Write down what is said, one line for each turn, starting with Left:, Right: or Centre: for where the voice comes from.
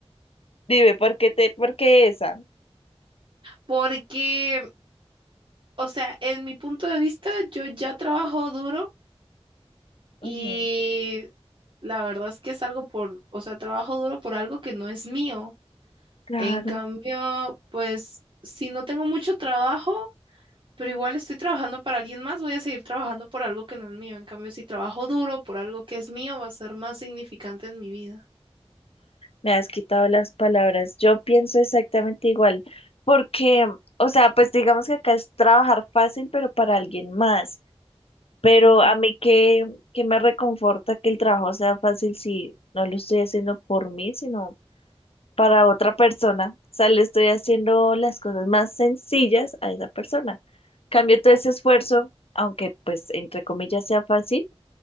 Left: Dime, ¿por qué te, por qué esa?
Right: porque, o sea, en mi punto de vista, yo ya trabajo duro y
Left: Ujú,
Right: la verdad es que es algo por, o sea, trabajo duro por algo que no es mío.
Left: claro,
Right: En cambio, pues, si no tengo mucho trabajo, pero igual estoy trabajando para alguien más, voy a seguir trabajando por algo que no es mío. En cambio, si trabajo duro por algo que es mío, va a ser más significante en mi vida.
Left: me has quitado las palabras. Yo pienso exactamente igual, porque, o sea, pues digamos que acá es trabajar fácil, pero para alguien más. Pero
Right: Ujú.
Left: a mí que, que me reconforta que el trabajo sea fácil si no lo estoy haciendo por mí, sino para otra persona. O sea, le estoy haciendo las cosas más sencillas a esa persona. Cambio todo ese esfuerzo, aunque pues entre comillas sea fácil,